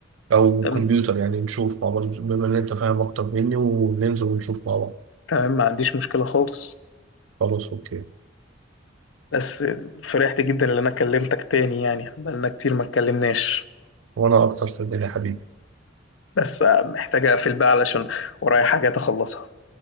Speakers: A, on the right; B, on the left.
A: او
B: تمام
A: كمبيوتر يعني نشوف مع بعض بما ان انت فاهم اكتر مني وننزل ونشوف مع بعض
B: تمام ما عنديش مشكلة خالص
A: خلاص اوكي
B: بس فرحت جدا ان انا كلمتك تاني يعني بقالنا كتير ما اتكلمناش
A: وانا اكتر صدقني يا حبيبي
B: بس محتاج اقفل بقى علشان ورايا حاجات اخلصها